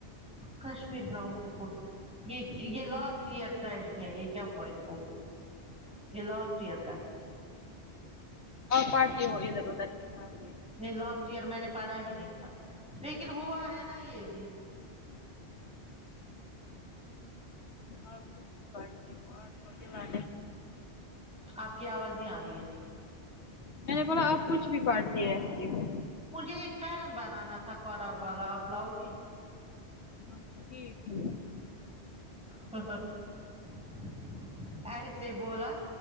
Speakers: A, in the centre; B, on the left.
A: کشمیر گراؤنڈ رپورٹ یہ یہ لاسٹ ایئر ٹجڈی ہے یہ کیا ہوا ان کو یہ لاسٹ یار کا ہے
B: آپ اتیے ہو ادھر ادھر کے چاب کے
A: نہیں لاسٹ ایئر میں نے پڑھا ہی نہیں تھا لیکن ہوا ہے نا یہ بھی
B: ہاں کچ بھی پٹتی ہوں اور مے
A: آپ کی آواز نہیں آ رہی ہے
B: میں نے بولا اب کچھ بھی پٹتی رہتی ہوں
A: مجھے ایک فیرن بنانا تھا کراب والا آپ لاؤ گی
B: اچھا ٹھیک ہے
A: <unintelligible> ایسے بولا